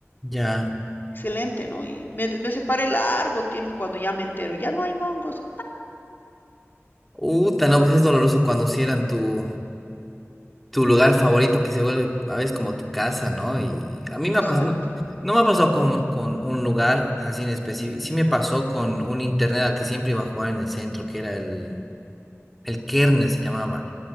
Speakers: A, in the centre; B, on the left.
A: ya.
B: excelente, ¿no? Y me, me separé largo tiempo cuando ya me entero, ya no hay mongos.
A: Uta, no, pues es doloroso cuando cierran tu. tu lugar favorito que se vuelve a veces como tu casa, ¿no? Y a mí
B: Exacto.
A: me ha pasado, no, no me ha pasado con, con un lugar así en específico, sí me pasó con un internet al que siempre iba a jugar en el centro, que era el, el Kernel se llamaba.